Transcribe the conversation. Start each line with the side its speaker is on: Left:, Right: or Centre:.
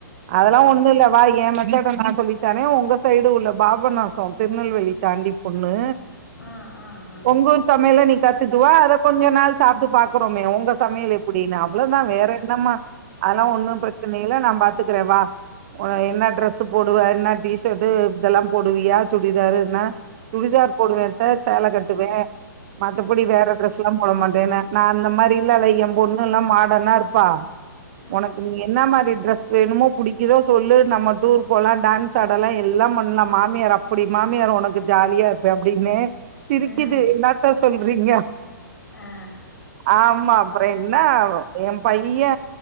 Left: ஆ
Right: அதெல்லா ஒண்ணு இல்ல வாயே மெத்தட நா சொல்லித்தரே உங்க சைடு உள்ள பாபநாசோ திருநெல்வேலி தாண்டி பொண்ணு
Left: ஆ ஆ ஆ
Right: உங்க ஊர் சமயல நீ கத்துட்டுவா அத கொஞ்ச நாள் சாப்ட்டு பாக்றோமே உங்க சமையல் எப்படினு அவ்வளதா வேற என்னமா அதல்லா ஒண்ணு பிரச்சன இல்ல நா பாத்துக்கிறே வா என்ன ட்ரெஸ்ஸு போடுவே என்ன டிஷர்ட் இதெல்லா போடுவியா சுடிதாரு சுடிதார் போடுவே சேல கட்டுவே மத்தபடி வேற டிரெஸ் எல்லா போட மாட்டேன்ன நா அந்த மாரி இல்லல்ல எ பொண்ணு எல்லா மாடனா இருப்பா
Left: ம்
Right: உனக்கு நீ என்ன மாரி ட்ரெஸ்ஸு வேணுமோ பிடிக்குதோ சொல்லு நம்ம டூர் போலா டான்ஸ் ஆடலா எல்லா பண்ணலா மாமியார் அப்படி மாமியார் உனக்கு ஜாலியா இருப்ப அப்டின்னே சிரிக்குது
Left: ம்
Right: என்னாத்த சொல்றீங்க
Left: ஆ
Right: ஆம் மா அப்புற என்ன எ பையே